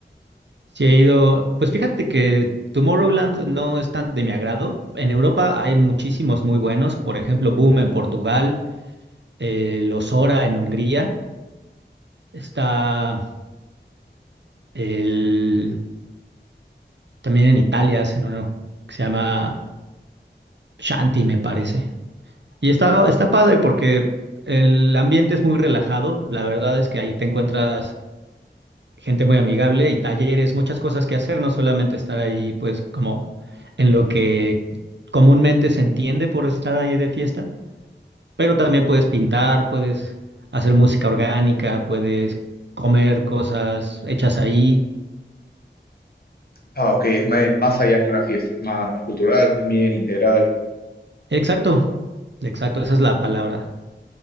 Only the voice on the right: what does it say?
Sí he ido. Pues fíjate que Tomorrowland no es tan de mi agrado. En Europa hay muchísimos muy buenos. Por ejemplo, Boom en Portugal, eh, Los Ora en Hungría. Está el También en Italia hacen uno que se llama Shanti, me parece. Y está, está padre porque el ambiente es muy relajado. La verdad es que ahí te encuentras gente muy amigable y talleres, muchas cosas que hacer, no solamente estar ahí, pues, como en lo que comúnmente se entiende por estar ahí de fiesta, pero también puedes pintar, puedes hacer música orgánica, puedes comer cosas hechas ahí.
Exacto, exacto, esa es la palabra,